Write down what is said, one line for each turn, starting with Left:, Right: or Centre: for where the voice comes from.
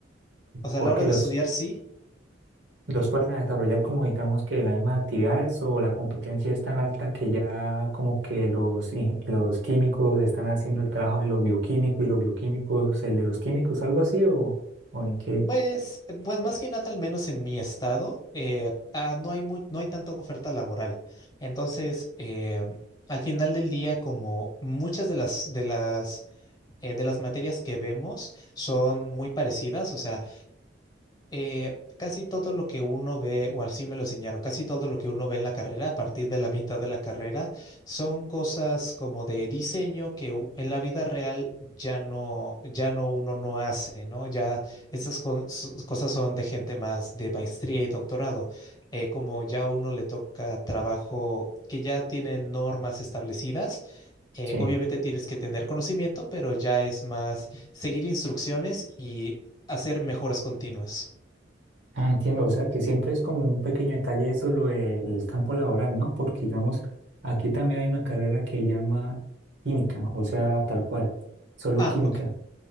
Left: O sea,
Right: Porque
Left: a la hora de
Right: los,
Left: estudiar sí,
Right: Los pueden a desarrollar como digamos que las mismas actividades o la competencia es tan alta que ya como que los, in- los químicos están haciendo el trabajo de los bioquímicos y los bioquímicos el de los químicos, algo así o, o en qué.
Left: Pues, pues más que nada, al menos en mi estado, eh, ah, no hay muy- no hay tanta oferta laboral. Entonces, eh, al final del día, como muchas de las, de las, eh, de las materias que vemos son muy parecidas, o sea, eh, casi todo lo que uno ve, o así me lo enseñaron, casi todo lo que uno ve en la carrera, a partir de la mitad de la carrera, son cosas como de diseño que u- en la vida real ya no, ya no uno no hace, ¿no? Ya esas con- s- cosas son de gente más de maestría y doctorado. Eh, como ya uno le toca trabajo que ya tiene normas establecidas. eh,
Right: Sí.
Left: obviamente tienes que tener conocimiento, pero ya es más seguir instrucciones y hacer mejoras continuas.
Right: Ah, entiendo, o sea que siempre es como un pequeño detalle eso lo del campo laboral, ¿no? Porque digamos, aquí también hay una carrera que llama química, o sea, tal cual, solo
Left: Ah,
Right: química.
Left: ok.